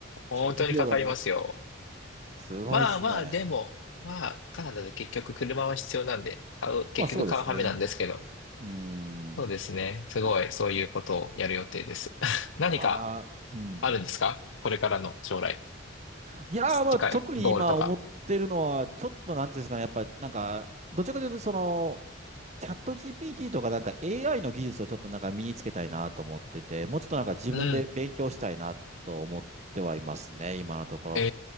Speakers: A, on the left; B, on the right.
A: 本当にかかりますよ。
B: 初期費用がかかすごいですね。
A: まあまあ、でも、まあ、カナダで結局車は必要なんで、買う、結局買うハメなんですけど、
B: まあそうですね。うー
A: そうですね。
B: ん。
A: すごい、そういうことをやる予定です。<laughs> 何か
B: ああ、うん。
A: あるんですかこれからの将来。
B: いやー、まあ、
A: 近いゴールとか。
B: 特に今思ってるのは、ちょっとなんていうんですかね、やっぱ、なんか、どちらかというと、その、チャット GPT とかなんか AI の技術をちょっとなんか身につけたいなと思ってて、もうちょっとなんか自分で勉強したいなと思ってはいますね、
A: うん。
B: 今のところ。
A: え